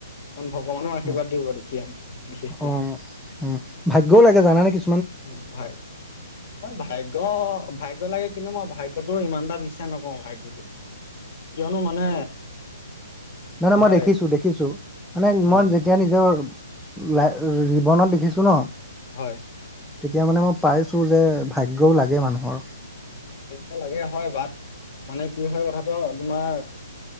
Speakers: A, on the left (about 40°); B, in the centre.
A: অকল ভগৱানৰ আশীৰ্বাদ
B: উম,
A: দিওঁ আৰু তেতিয়া বিশেষকে।
B: অ', উম, ভাগ্যও লাগে জানা নে কিছ
A: হম, হয়, হয়, ভাগ্য ভাগ্য লাগে কিন্তু মই ভাগ্যটো ইমানটা বিশ্বা চা নকওঁ ভাগ্যটো, কিয়নো মানে
B: নাই, নাই, মই
A: হয়
B: দেখিছোঁ, দেখিছোঁ মানে
A: হয়
B: মই যেতিয়া নিজৰ লা জীৱনত দেখিছোঁ ন'।
A: হয়।
B: তেতিয়া মানে মই পাইছোঁ যে ভাগ্যও লাগে মানুহৰ।
A: ভাগ্য লাগে হয়, বাত মানে কি হয় কথাটো তোমাৰ